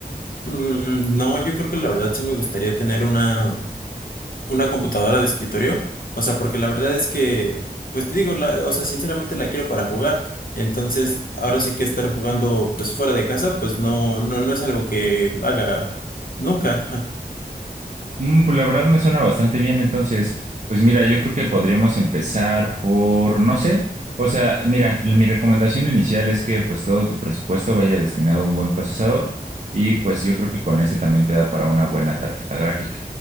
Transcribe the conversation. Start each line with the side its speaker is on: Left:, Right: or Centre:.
Left: Mm, no, yo creo que la verdad sí me gustaría tener una, una computadora de escritorio. O sea, porque la verdad es que, pues te digo, la- o sea, sinceramente la quiero para jugar. Entonces, ahora sí que estar jugando pues fuera de casa, pues no, no, no es algo que haga nunca. <laughs>
Right: Mm, pues la verdad me suena bastante bien, entonces, pues mira, yo creo que podríamos empezar por, no sé, o sea, mira, l- mi recomendación inicial es que pues todo tu presupuesto vaya destinado a un buen procesador y pues yo creo que con ese también te da para una buena tarjeta gráfica.